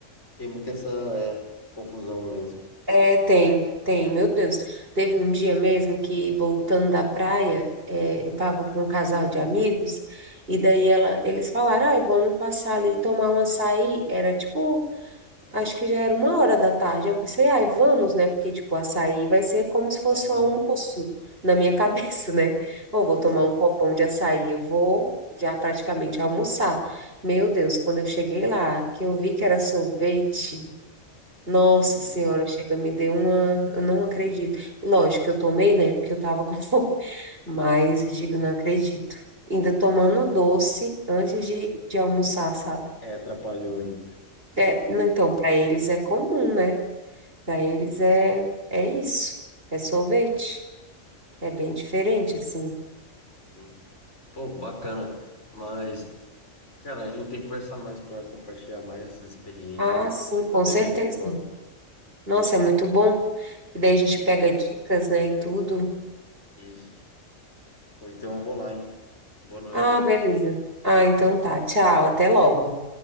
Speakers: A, on the left; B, on the right.
A: Tem muito essa, é, confusão mesmo.
B: É, tem, tem, meu Deus. Teve um dia mesmo que, voltando da praia, é, eu tava com um casal de amigos, e daí ela, eles falaram, ah, vamos passar ali e tomar um açaí. Era tipo Acho que já era uma hora da tarde. Eu pensei, ai, vamos, né? Porque, tipo, açaí vai ser como se fosse
A: Aham,
B: um almoço na minha <laughs> cabeça, né? Ou vou
A: isso.
B: tomar um copão de açaí, eu vou já praticamente almoçar. Meu Deus, quando eu cheguei lá, que eu vi que era sorvete, nossa
A: <laughs>
B: senhora, chega, me deu uma. Eu não acredito. Lógico que eu tomei, né? Porque eu tava <laughs> com fome. Mas eu digo, não acredito. Ainda tomando doce antes de, de almoçar, sabe?
A: É, atrapalhou aí.
B: É, não, então, para eles é comum, né? Para eles é, é isso, é sorvete.
A: Entendi.
B: É bem diferente, assim.
A: <laughs> Sim. Pô, bacana. Mas, cara, a gente tem que conversar mais para compartilhar mais essas experiências
B: Ah, sim,
A: de estar
B: com
A: vivendo
B: certeza.
A: fora.
B: Nossa, é muito bom. E daí a gente
A: E
B: pega dicas, né, e tudo.
A: isso. Pô, então eu vou lá, hein? Boa noite.
B: Ah, beleza. Ah, então tá. Tchau, até logo.